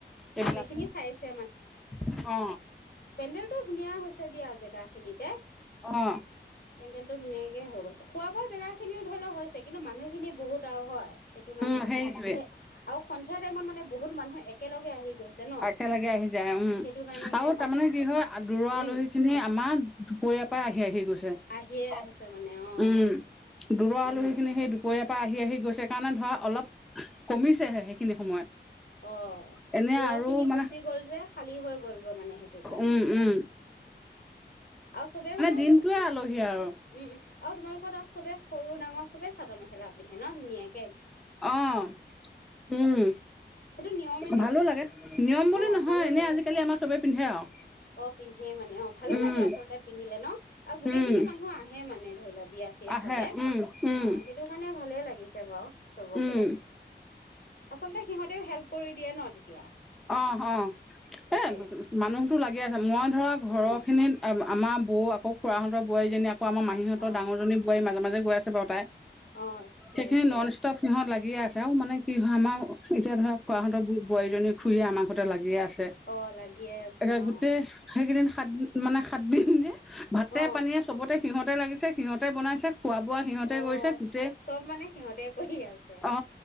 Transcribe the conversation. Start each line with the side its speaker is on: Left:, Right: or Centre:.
Centre: এইবিলাক
Left: অ সেইখিনি চাইছে
Centre: <unintelligible> অঁ।
Left: পেণ্ডেল টো ধুনীয়া হৈছে দিয়া জেগা খিনিতে,
Centre: অ
Left: পেণ্ডেলটো ধুনীয়াকে হৈ গৈছে খোৱা বোৱা জেগা খিনিও ধৰি লওঁ হৈছে, কিন্তু মানুহখিনি বহুত আৰু হয় সেইটো কাৰণে
Centre: উম
Left: <unintelligible>
Centre: সেইটোৱে
Left: আৰু সন্ধিয়া টাইমত মানে বহুত মানুহে এক একেলগে আহি গৈছে ন
Centre: একেলগে আহি যায় উম
Left: সেইটো কাৰণেহে
Centre: আৰু তাৰমানে <unintelligible> কি হয় দূৰৰ আলহীখিনি
Left: উম
Centre: আমাৰ দুপৰীয়াৰ পৰা আহি আহি গৈছে
Left: আহিয়ে
Centre: <unintelligible>
Left: আছে মানে অ
Centre: উম, দূৰৰ আলহীখিনি
Left: উম
Centre: সেই দুপৰিয়াৰ <unintelligible> আহি আহি গৈছে কাৰণে ধৰা অলপ কমিছেহে সেইখিনি সময়ত।
Left: অঁ,
Centre: এনে
Left: <unintelligible>
Centre: আৰু
Left: খিনি
Centre: মানে
Left: গুচি গ'ল যে খালী হৈ গল গৈ মানে সেইটো কাৰণে।
Centre: উম উম
Left: আৰু চবে মানে,
Centre: দিনটোৱে
Left: উম
Centre: আলহী আৰু
Left: উম আৰু তোমাৰ <unintelligible> তাত চবে সৰু ডাঙৰ চবে চাদৰ মেখেলা পিন্ধে ন ধুনীয়া
Centre: অঁ, উম
Left: সেইটো নিয়মে নে
Centre: ভালো লাগে নিয়ম বুলি
Left: অ
Centre: নহয়
Left: ভালো
Centre: এনে
Left: লাগে
Centre: আজিকালি আমাৰ চবে পিন্ধে আৰু
Left: অ পিন্ধে মানে অ
Centre: উম।
Left: <unintelligible> পিন্ধিলে ন আৰু গোটেই
Centre: উম
Left: খিনি মানুহ আহে মানে ধৰি লওক বিয়া চিয়া
Centre: আহে
Left: হলে
Centre: উম উম
Left: অঁ, সেইটো কাৰণে ভালে লাগিছে। <unintelligible> বাৰু। চবকে।
Centre: উম
Left: আচলতে সিহঁতেও হেল্প কৰি দিয়ে ন তেতিয়া
Centre: অঁ, অঁ
Left: সেইটোৱে
Centre: এ মানুহতো লাগি আছে মই ধৰা ঘৰৰ
Left: অ
Centre: খিনিত আমাৰ বৌ আকৌ খুৰাহঁতৰ বোৱাৰীজনী আকৌ <unintelligible> আমাৰ মাহীহঁতৰ
Left: অ
Centre: দাঙৰজনী বোৱাৰী মাজে গৈ আছে বাৰু তাই।
Left: অ গৈ
Centre: সেইখিনি
Left: আছে
Centre: ননষ্টপ সিহঁত লাগি সি আছৈ মানে কি হয় আমাৰ এতিয়া ধৰা খোৱাহঁতৰ বোৱাৰীজনী। খুৰিয়ে আমাৰঘৰতে লাগি আছে
Left: অ লাগিয়ে
Centre: আছে
Left: অ
Centre: গোটেই হেইকিদিন সাতদিন মানে সাতদিন যে ভাতে
Left: অ
Centre: পানীয়ে চবতে সিহঁতে লাগিছে সিহঁতে বনাইছে খোৱা বোৱা সিহঁতে
Left: অ
Centre: কৰিছে গোটেই
Left: চব মানে সিহঁতে কৰি আছে
Centre: অ